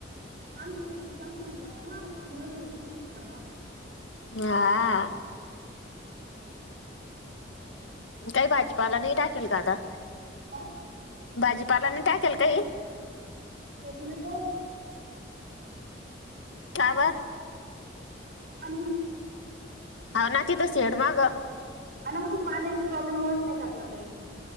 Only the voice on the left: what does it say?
हा. काही भाजीपाला
नाही
टाकेल का आता?
भाजीपाला नाही टाकेल काही?
का व.
हाव ना तिथं शेड माग.